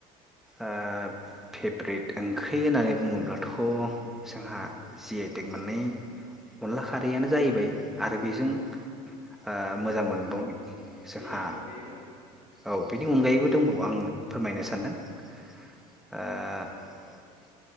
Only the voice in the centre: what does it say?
ओ फेभ्रेट ओंख्रि होननानै बुङोब्लाथ जोंहा जि
आइ टेक मोननाय। अनला खारैआनो जायैबाय। आरो बेजों
ओ मोजां
मोनबावनाय
जोंहा
औ बिनि अनगायैबो दंबावो
आं फोरमायनो सान <inaudible> ओ